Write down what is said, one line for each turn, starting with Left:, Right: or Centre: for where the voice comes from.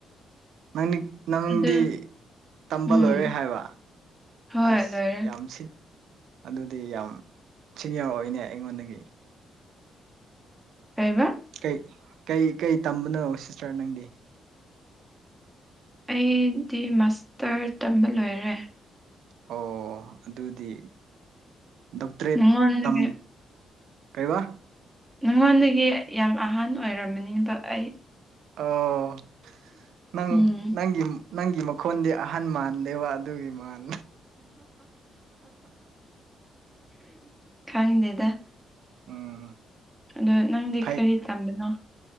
Right: ꯅꯪꯗꯤ ꯅꯪꯗꯤ
Centre: ꯑꯗꯨ
Right: ꯇꯝꯕ
Centre: ꯎꯝ
Right: ꯂꯣꯏꯔꯦ ꯍꯥꯏꯕ
Centre: ꯍꯣꯏ
Right: ꯑꯁ
Centre: ꯂꯣꯏꯔꯦ
Right: ꯌꯥꯝ ꯁꯤꯠ ꯑꯗꯨꯗꯤ ꯌꯥꯝ ꯁꯤꯅꯤꯌꯔ ꯑꯣꯏꯅꯦ ꯑꯩꯉꯣꯟꯗꯒꯤ
Centre: ꯀꯥꯏꯕ
Right: ꯀꯩ ꯀꯩ ꯀꯩ ꯇꯝꯕꯅꯣ ꯁꯤꯁꯇꯔ ꯅꯪꯗꯤ
Centre: ꯑꯩꯗꯤ ꯃꯥꯁꯇꯔ ꯇꯝꯕ ꯂꯣꯏꯔꯦ
Right: ꯑꯣ ꯑꯗꯨꯗꯤ ꯗꯣꯛꯇꯔꯦꯠ
Centre: ꯅꯪꯉꯣꯟꯗꯒꯤ
Right: ꯇꯝ ꯀꯩꯕꯥ
Centre: ꯅꯉꯣꯟꯗꯒꯤ ꯌꯥꯝ ꯑꯍꯥꯟ ꯑꯣꯏꯔꯝꯃꯅꯤꯕ ꯑꯩ
Right: ꯑꯣ ꯅꯪ
Centre: ꯎꯝ
Right: ꯅꯪꯒꯤꯤ ꯅꯪꯒꯤ ꯃꯈꯣꯟꯗꯤ ꯑꯍꯟ ꯃꯥꯟꯗꯦꯕ ꯑꯗꯨꯒꯤ ꯃꯥꯟ
Centre: ꯈꯉꯗꯦꯗ
Right: ꯎꯝ
Centre: ꯑꯗꯣ ꯅꯪꯗꯤ
Right: ꯐꯩ
Centre: ꯀꯔꯤ ꯇꯝꯕꯅꯣ